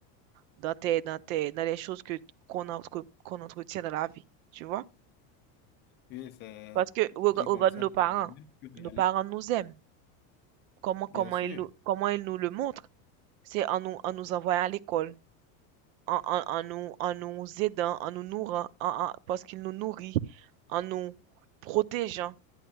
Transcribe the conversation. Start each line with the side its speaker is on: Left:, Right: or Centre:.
Right: dans tes, dans tes, dans les choses que qu'on entre- qu'on entretient dans la vie, tu vois?
Left: oui, c'est
Right: Parce que
Left: dit
Right: rega- regarde
Left: comme ça,
Right: nos parents,
Left: c'est mieux, plus réaliste.
Right: nos parents nous aiment. Comment comment
Left: Bien sûr,
Right: ils nous comment ils nous le montrent? C'est en nous en nous envoyant à l'école, en, en, en nous en nous aidant, en nous nourrant, en, en- parce qu'ils nous nourrissent, en nous protégeant.